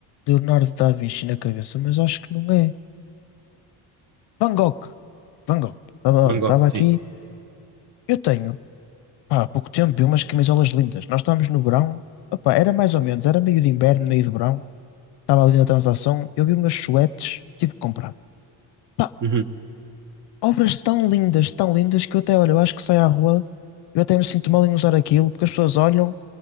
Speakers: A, on the left; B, on the right.
A: Leonardo da Vinci na cabeça, mas acho que não é. Van Gogh. Van Gogh. Tava,
B: Van
A: olha,
B: Gogh,
A: estava
B: sim.
A: aqui. Eu tenho, pá, há pouco tempo, vi umas camisolas lindas. Nós estávamos no verão. Opa, era mais ou menos, era meio de inverno, meio de verão. estava ali na transação, eu vi umas suetes, tive que comprar. Pá,
B: Uhum.
A: obras tão lindas, tão lindas, que eu até, olha, eu acho que saio à rua, eu até me sinto mal em usar aquilo, porque as pessoas olham,